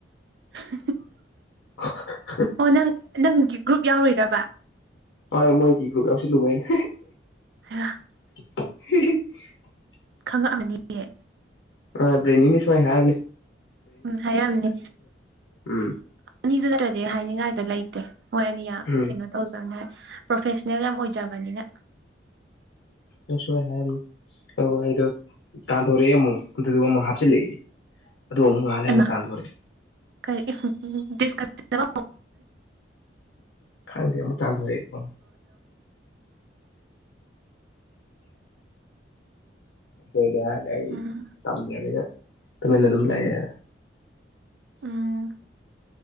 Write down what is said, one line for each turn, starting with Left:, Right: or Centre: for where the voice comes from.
Right: <unintelligible>
Left: ꯑ
Right: ꯑꯣ ꯅꯪ ꯅꯪꯒꯤ ꯒ꯭ꯔꯨꯞ ꯌꯥꯎꯔꯨꯔꯕ
Left: ꯍ ꯃꯣꯏ ꯀ꯭ꯔ ꯁꯤ ꯂꯨ ꯃꯥꯏꯅ
Right: <unintelligible>
Left: <unintelligible>
Right: ꯈꯪꯉꯛꯃꯅꯤꯍꯦ
Left: ꯑ ꯕꯔꯤꯅꯤꯅꯤ ꯁꯃꯏ ꯍꯥꯏꯔꯅꯤ
Right: ꯎꯝ ꯍꯥꯏꯔꯛꯑꯝꯅꯤ
Left: ꯎꯝ
Right: ꯑꯅꯤꯁꯨ ꯅꯠꯇ꯭ꯔꯗꯤ ꯍꯥꯏꯅꯤꯡꯉꯥꯏ ꯗ ꯂꯩꯇꯦ ꯍꯣꯏ ꯑꯅꯤ ꯌꯥꯝ
Left: ꯎꯝ
Right: ꯀꯩꯅꯣ ꯇꯧꯖꯅꯤ ꯄ꯭ꯔꯣꯐꯦꯁꯅꯦꯜ ꯌꯥꯝ ꯑꯣꯏꯖꯕꯅꯤꯅ
Left: ꯎꯝꯁꯣꯏ ꯍꯥꯏ ꯑꯗꯨꯒ ꯑꯩꯗꯣ ꯇꯥꯟꯊꯣꯔꯛꯑꯦ ꯑꯃꯨꯛ ꯑꯗꯨꯗꯨꯒ ꯑꯃꯨꯛ ꯍꯥꯞꯆꯤꯜꯂꯛꯑꯦ ꯑꯗ ꯉꯥꯂꯦ
Right: ꯍꯩꯃꯥ
Left: ꯑꯃꯛ ꯇꯥꯟꯗꯄꯦ
Right: ꯀꯔꯤ ꯗꯤꯁꯀꯁꯟ
Left: ꯈꯪꯗꯦ ꯑꯃꯨꯛ ꯇꯥꯟꯊꯣꯔꯛꯑꯏꯕ ꯇꯥꯔꯦ ꯀꯩ ꯑꯩ
Right: ꯎꯝ
Left: ꯇꯝꯗ꯭ꯔꯕꯗ ꯇꯨꯃꯦꯅ ꯑꯗꯨꯝ ꯂꯥꯏꯗꯅ
Right: ꯎꯝ